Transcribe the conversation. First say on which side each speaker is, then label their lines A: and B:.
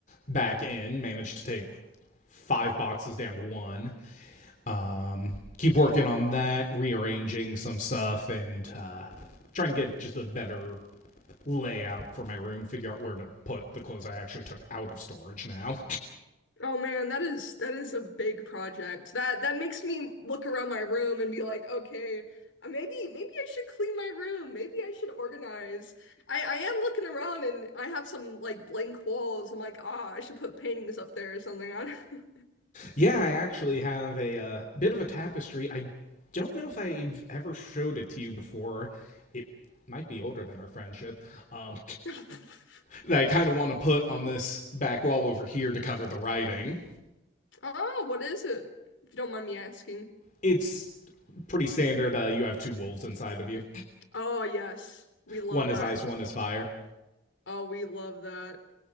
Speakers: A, on the left (about 45°); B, on the left (about 85°).
A: back in, managed to take five boxes down to one. Um, keep working on that, rearranging some stuff, and uh, trying to get just a better layout for my room, figure out where to put the clothes I actually took out of storage now.
B: Oh man, that is that is a big project. That that makes me look around my room and be like, okay, uh, maybe maybe I should clean my room. Maybe I should organize. I I am looking around and I have some like blank walls. I'm like, ah, I should put paintings up there or something. I don't-
A: Yeah, I actually have a uh, bit of a tapestry. I don't know if I've ever showed it to you before. It might be older than our friendship. Um,
B: <laughs>
A: that I kind of want to put on this back wall over here to cover the writing.
B: Oh, what is it? If you don't mind me asking.
A: It's pretty standard. Uh, you have two wolves inside of you.
B: Oh yes, we love
A: One is
B: that.
A: ice, one is fire.
B: Oh, we love that.